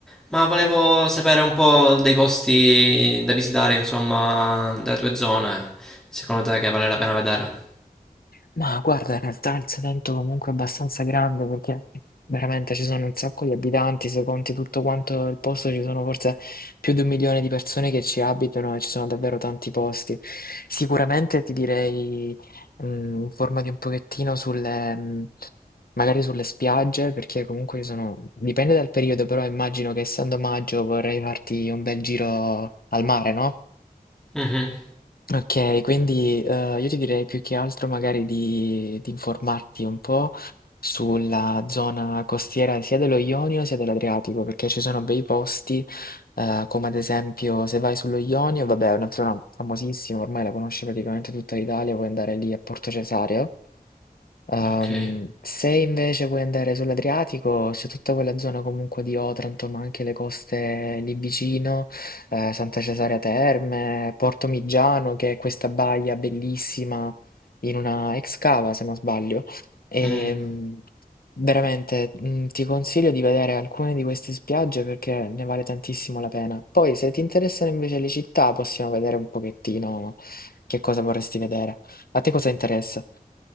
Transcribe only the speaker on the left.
Ma guarda, in realtà il Salento comunque è abbastanza grande perché veramente ci sono un sacco di abitanti, se conti tutto quanto il posto ci sono forse più di un milione di persone che ci abitano e ci sono davvero tanti posti. Sicuramente ti direi mm, informati un pochettino sulle, mm, magari sulle spiagge perché comunque ci sono, dipende dal periodo, però immagino che essendo maggio vorrei farti un bel giro al mare, no?
Okay, quindi, uhm, io ti direi più che altro magari di di informarti un po' sulla zona costiera sia dello Ionio sia dell'Adriatico, perché ci sono bei posti, uhm, come ad esempio se vai sullo Ionio, vabbè è una zona famosissima, ormai la conosce praticamente tutta l'Italia, puoi andare lì a Porto Cesareo Ehm,
se invece vuoi andare sull'Adriatico, c'è tutta quella zona comunque di Otranto, ma anche le coste lì vicino, eh, Santa Cesarea Terme, Porto Migiano, che è questa baia bellissima in una ex cava, se non sbaglio. Ehm,
veramente, mm, ti consiglio di vedere alcune di queste spiagge perché ne vale tantissimo la pena. Poi, se ti interessano invece le città, possiamo vedere un pochettino che cosa vorresti vedere. A te cosa interessa?